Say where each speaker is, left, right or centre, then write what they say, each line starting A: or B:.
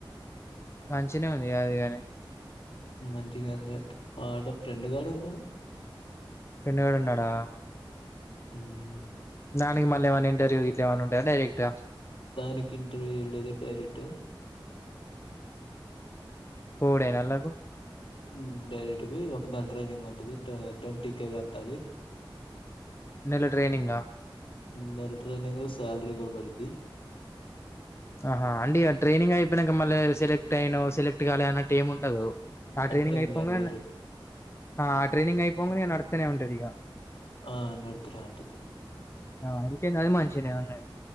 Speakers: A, on the left; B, on the left.
A: మంచినే ఉంది కాదు గని
B: మంచిగందే ఆడ ఫ్రెండ్ గాడన్నావ్
A: ఫ్రెండు గాడున్నడా?
B: ఉమ్
A: దానికి మళ్ళేమన్న ఇంటర్వూ గిట్ల ఏమన్న ఉంటదా, డైరెక్ట?
B: దానికి ఇంటర్వ్యూ ఏం లేదు డైరెక్ట్
A: పోవుడేన అల్లకు
B: ఉమ్ డైరెక్ట్ పోయ్ ఒక నెల ట్రైనింగ్ ఉంటది టా ట్వంటీ కేే గట్టాలి
A: నెల ట్రైనింగ?
B: నెల్ ట్రైనింగ్ల సాలరీ కూడ పడిద్ది
A: ఆహా అండిగ ట్రైనింగ్ అయిపోయినంక మళ్ళ సెలెక్ట్ అయినవ్, సెలెక్ట్ కాలేదన్నట్టు ఏం ఉండదు ఆ ట్రైనింగ్
B: టైమ్‌లో
A: అయిపోంగనె
B: డైరెక్ట్
A: న ఆ ట్రైనింగ్ అయిపోంగనే ఇగ నడ్తనే ఉంటదిగా
B: ఆ నడుత్తునే ఉంటది
A: ఆ ఇంకేందది మంచిగ్నే ఉన్నది.